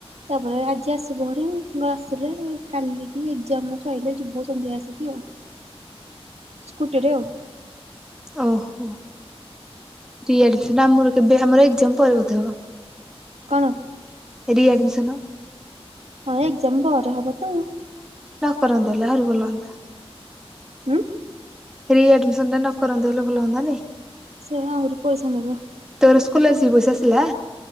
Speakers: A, on the right (about 85°); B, in the centre.
A: ତାପରେ ଆଜି ଆସିବ ଘରେ ମୁ ଆସିଲେ କାଲିକି ଏକ୍ସାମ ସରିଲେ ଯିବୁ ସନ୍ଧ୍ୟା ଆସିକି ଆଉ। ସ୍କୁଟିରେ ଆଉ
B: ଓହୋ। <unintelligible> ଆମର କେବେ ଆମର ଏକ୍ସାମ ପରେ ବୋଧେ ହବ।
A: କଣ
B: ରିଆଡ଼୍ମିସନ।
A: ହଁ ଏକଜାମ ପରେ ହବ ତ।
B: ନା କରନ୍ତୁ ହେଲେ ଆହୁରି ଭଲ ହୁଅନ୍ତା।
A: ଉଁ
B: ରିଏଡମିସନ ଟା ନ କରନ୍ତେ ବୋଲେ ଭଲ ହନ୍ତାନି।
A: ସେ ଆହୁରି ପଇସା ନେବେ।
B: ତୋର ସ୍କୋଲାରଶିପ ପଇସା ଆସିଲା।